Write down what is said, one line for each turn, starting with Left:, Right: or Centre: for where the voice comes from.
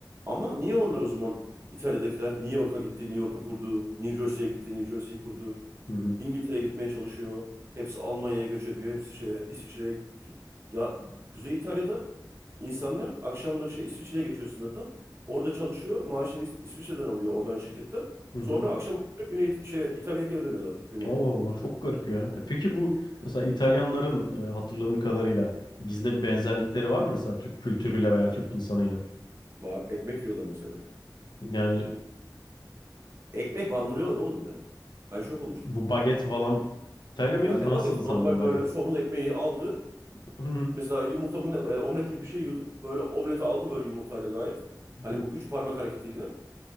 Right: Ama niye onlar o zaman İtalya'dakiler New York'a gitti, New York'u kurdu, New Jersey'ye gitti, New Jersey'yi kurdu.
Left: hı hı,
Right: İngiltere'ye gitmeye çalışıyor. Hepsi Almanya'ya göç ediyor, hepsi şeye, İsviçre'ye. gi- Ya Kuzey İtalya'da insanlar akşamları şey İsviçre'ye geçiyor sınırdan. Orada çalışıyor, maaşını İs- İsviçre'den alıyor oradan şirkette.
Left: hı hı.
Right: Sonra akşam oluyor, Güney şey İtalya'ya geri dönüyorlar güneye.
Left: Allah Allah çok garip ya. E peki bu mesela İtalyanların e, hatırladığın kadarıyla bizle bir benzerlikleri var mı mesela Türk kültürüyle veya Türk insanıyla?
Right: Var, ekmek yiyorlar mesela.
Left: Yani
Right: Ekmek bandırıyorlar oğlum bir de. Ben şok olmuştum.
Left: bu baget falan İtalya mıydı?
Right: Ya
Left: Fransızdı
Right: ne bageti?
Left: sanırım
Right: Normal
Left: baget.
Right: böyle somun ekmeği aldı.
Left: <laughs> Hı
Right: Mesela yumurtamın e, omlet gibi bir şey yiyorduk. Böyle omleti aldı böyle yumurtayla gayet. Hani
Left: hı.
Right: bu üç parmak hareketiyle.